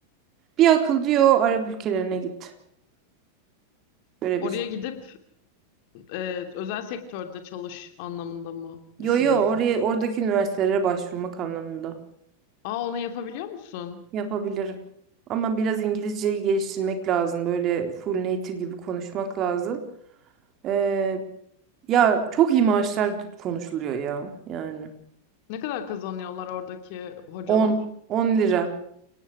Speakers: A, on the right (about 35°); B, on the left (about 45°).
A: Bir akıl diyor Arap ülkelerine git. Böyle
B: Oraya
A: bir.
B: gidip e, özel sektörde çalış anlamında mı
A: Yo
B: düşünüyorsun?
A: yo oraya oradaki üniversitelere başvurmak anlamında.
B: Aa onu yapabiliyor musun?
A: Yapabilirim. Ama biraz İngilizceyi geliştirmek lazım. Böyle full native gibi konuşmak lazım. Ee, ya çok iyi maaşlar konuşuluyor ya. Yani
B: Ne kadar kazanıyorlar oradaki hocalar?
A: 10 10 lira.